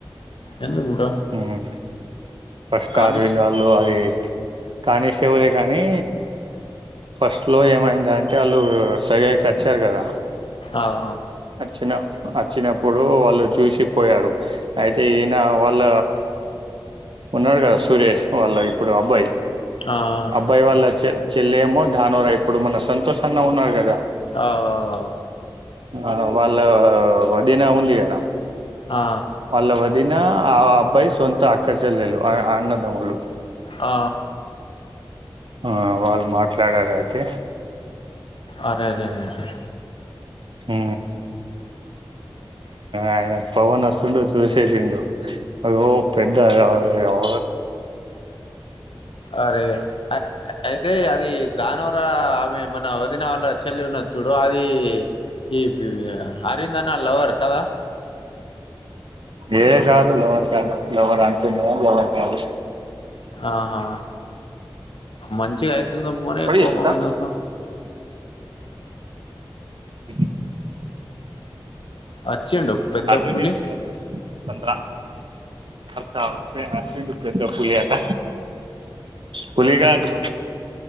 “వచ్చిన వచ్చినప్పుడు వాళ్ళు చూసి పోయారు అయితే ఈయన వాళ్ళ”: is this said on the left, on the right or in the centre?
Right